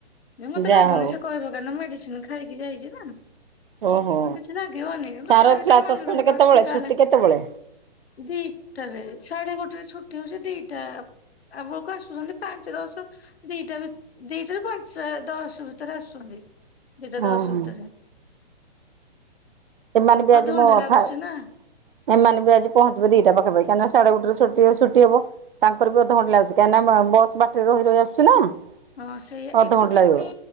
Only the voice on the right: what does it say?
ଯାହା
ହଉ
ଓହୋ
ତାର
କ୍ଲାସ
ସସ୍ପେଣ୍ଡ
କେତେବେଳେ
ଛୁଟି
କେତେବେଳେ
ଓହୋ
ଏମାନେ ବି
ଆଜି ମୋ ଆ
ଫାଡ୍
ଏମାନେ ବି ଆଜି ପହଞ୍ଚିବେ ଦିଇଟା ପାଖାପାଖି କାଇଁନା ସାଢେ ଗୋଟେରେ ଛୁଟି ସୁଟି ହବ। ତାଙ୍କର ବି ଅଧଘଣ୍ଟେ ଲାଗୁଚି କାଇଁନା ମା ବସ୍ ବାଟରେ ରହି ରହି ଆସୁଚି ନା।
ଅଧଘଣ୍ଟା
ଲାଗିବ।